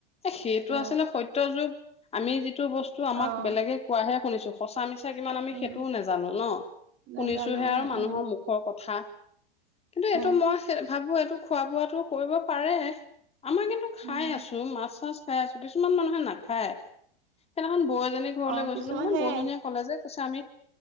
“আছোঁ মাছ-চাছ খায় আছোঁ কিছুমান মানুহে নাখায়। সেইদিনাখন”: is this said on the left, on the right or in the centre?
Left